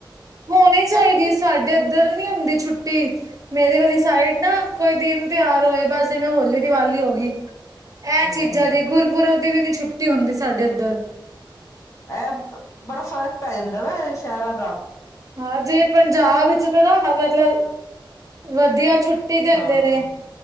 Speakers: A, on the right (about 40°); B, on the left (about 35°).
A: ਹੋਣੀ ਚਾਹੀਦੀ ਐ, ਸਾਡੇ ਏਧਰ ਨੀ ਹੁੰਦੀ ਛੁੱਟੀ। ਮੇਰੀ ਵਾਲੀ ਸਾਈਡ ਨਾ ਕੋਈ ਦਿਨ ਤਿਉਹਾਰ ਹੋਏ ਬਸ ਜਿਵੇਂ ਹੋਲੀ ਦੀਵਾਲੀ ਹੋਗੀ। ਐ
B: ਹਮ
A: ਚੀਜ਼ਾਂ ਦੀ, ਗੁਰਪੁਰਬ ਦੀ ਵੀ ਨੀ ਛੁੱਟੀ ਹੁੰਦੀ ਸਾਡੇ ਐਧਰ।
B: ਐ ਬ ਬੜਾ ਫ਼ਰਕ ਪੈ ਜਾਂਦਾ ਵਾ ਐ ਸ਼ਹਿਰਾਂ ਦਾ।
A: ਹਾਂ, ਜੇ ਪੰਜਾਬ ਵਿੱਚ ਤਾਂ ਨਾ ਮਤਲਬ ਵਧੀਆ ਛੁੱ ਤੇ ਦੇਂਦੇ
B: ਹਾਂ
A: ਨੇ।